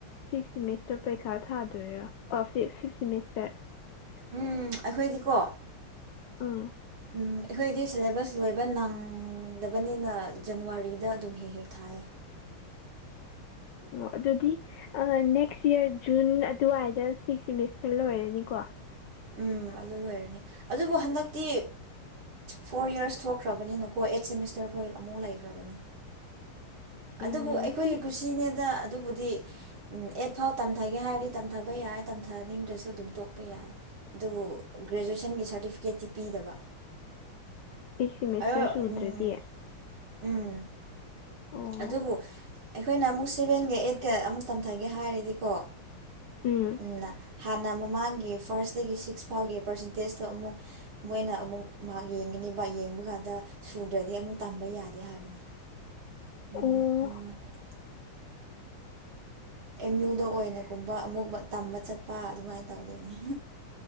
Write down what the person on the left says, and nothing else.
ꯁꯤꯛꯁ ꯁꯦꯃꯤꯁꯇꯔ ꯄꯩꯈꯥ ꯊꯥꯗꯣꯏꯔ ꯑꯥꯥ ꯐꯤꯞ ꯐꯤꯞ ꯁꯦꯃꯤꯁꯇꯔ
ꯑꯥ
ꯑꯣ ꯑꯗꯨꯗꯤ ꯅꯦꯛꯁ ꯌꯔ ꯖꯨꯟ ꯑꯗꯨꯋꯥꯏꯗ ꯁꯤꯛꯁ ꯁꯤꯦꯃꯤꯁꯇꯔ ꯂꯣꯏꯔꯅꯤꯀꯣ
ꯎꯝ
ꯁꯤ
ꯑꯩꯠ ꯁꯤꯃꯦꯁꯇꯔ
ꯁꯨꯗ꯭ꯔꯗꯤ
ꯑꯣ
ꯎꯝ
ꯑꯣ